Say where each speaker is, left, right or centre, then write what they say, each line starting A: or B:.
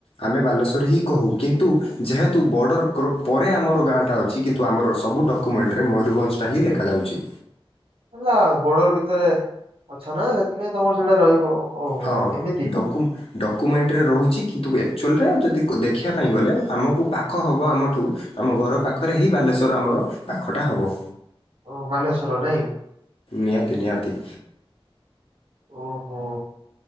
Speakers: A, on the left; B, on the right.
A: ଆମେ ବାଲେଶ୍ୱର ହିଁ କହୁ କିନ୍ତୁ ଯେହେତୁ ବର୍ଡ଼ର କର ପରେ ଆମର ଗାଁଟା ଅଛି କିନ୍ତୁ ଆମର ସବୁ ଡକୁ୍ମେଣ୍ଟରେ ମୟୂରଭଞ୍ଜଟା ହିଁ ଲେଖାଯାଉଛି।
B: ହେଲା ବୋର୍ଡ଼ର ଭିତରେ ଅଛ ନା ସେଥିପାଇଁ ତମର ସେଟା ରହିବ। ଓହୋ
A: ହଁ
B: ଏମିତି କି
A: ଡକୁ ଡକୁୁମେଣ୍ଟରେ ରହୁଛି କିନ୍ତୁ ଆକ୍ଚୁଆଲରେ ଯଦି ଦେଖିବା ପାଇଁ ଗଲେ ଆମକୁ ପାଖ ହେବ ଆମଠୁ। ଆମ ଘର ପାଖରେ ହିଁ ବାଲେଶ୍ଵର ଆମର ପାଖଟା ହବ।
B: ଓ ବାଲେଶ୍ଵର ନାଇଁ।
A: ନିହାତି ନିହାତି।
B: ଓହୋ